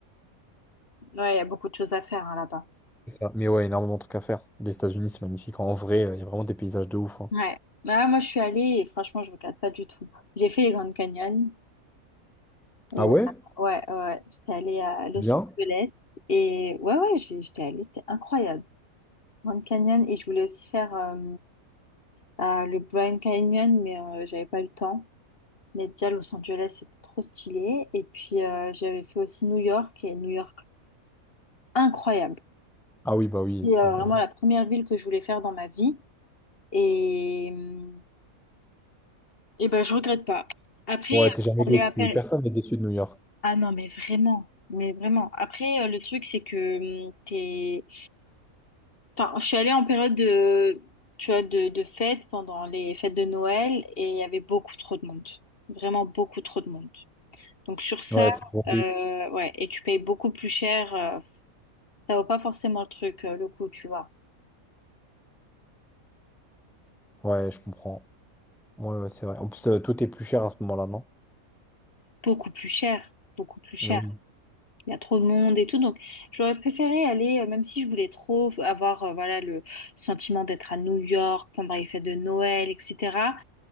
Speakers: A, on the left; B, in the centre.
A: Ouais, il y a beaucoup de choses à faire hein, là-bas.
B: C'est ça. Mais ouais, énormément de trucs à faire. Les États-Unis, c'est magnifique. En vrai, euh, il y a vraiment des paysages de ouf. hein.
A: Ouais. Ah, moi, je suis allée et franchement, je regarde pas du tout. J'ai fait les Grandes Canyons et
B: Ah ouais?
A: euh, ouais, ouais, ouais. j'étais allée à Los
B: Bien?
A: Angeles et ouais, ouais, j'ai- j'étais allée, c'était incroyable. Grand Canyon et je voulais aussi faire euh, à le Grand Canyon, mais euh, j'avais pas eu le temps. Mais déjà, Los Angeles, c'était trop stylé. Et puis, euh, j'avais fait aussi New York, et New York, incroyable.
B: Ah oui, bah oui.
A: C'est
B: c'est,
A: euh, vraiment
B: euh,
A: la première ville que je voulais faire dans ma vie. Et, euh, et ben, je regrette pas. Après,
B: Ouais,
A: euh,
B: t'es jamais déçu.
A: aller à Paris.
B: Personne n'est déçu de New York.
A: Ah non, mais vraiment. Mais vraiment. Après, euh, le truc, c'est que hum, t'es... Enfin, je suis allée en période de, tu vois, de, de fête pendant les fêtes de Noël et il y avait beaucoup trop de monde. Vraiment beaucoup trop de monde. Donc sur ça,
B: Ouais, c'est bon.
A: euh, ouais, et tu payes beaucoup plus cher. euh, ça vaut pas forcément le truc, euh, le coup, tu vois.
B: Ouais, je comprends. Ouais, ouais, c'est vrai. En plus, euh, tout est plus cher à ce moment-là, non?
A: Beaucoup plus cher, beaucoup plus cher.
B: Et Oui.
A: Il y a trop de monde et tout. Donc j'aurais préféré aller, euh, même si je voulais trop avoir, euh, voilà, le sentiment d'être à New York pendant les fêtes de Noël, etc.